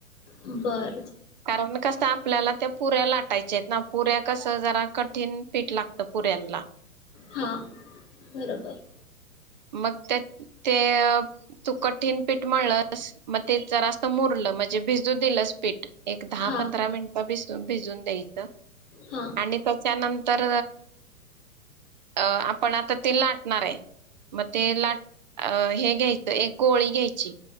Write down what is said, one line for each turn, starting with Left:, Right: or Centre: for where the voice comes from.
Left: बर
Right: कारण कस आपण आपल्याला त्या पुऱ्या लाटायच्या आहेत ना पुऱ्या कसं जरा कठीण पीठ लागतय. पुऱ्यांना
Left: हा बरोबर
Right: मग त्या ते तू कठीण पीठ मळलस मग तेच जरास मुरल म्हणजे भिजू दिलंस पीठ एक दहा
Left: हा
Right: पंधरा मिनट मग भिस भिजून द्यायचं.
Left: हा
Right: आणि त्याच्यानंतर अ आपण आता ते लाटणार आहे. म ते लाट हे घ्यायचं एक गोळी घ्यायची